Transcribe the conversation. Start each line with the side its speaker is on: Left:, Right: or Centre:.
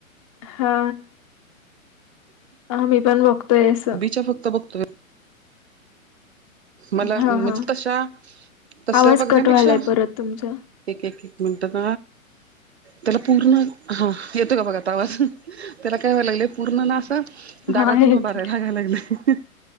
Left: हा हा मी पण बघतोयस.
Right: बीच्या फक्त बघतोय. मला
Left: हा
Right: म्हणजे
Left: हा
Right: तशा तस
Left: आवाज
Right: बघण्यापेक्षा
Left: कट व्हायलाय परत तुमचा
Right: एक एक एक मिनटात त्याला पूर्ण हा येतो का बघा आता वाजून त्याला काय व्हाय लागले पूर्ण ना. दारातून
Left: आहेत.
Right: उभारयला लागयला लागले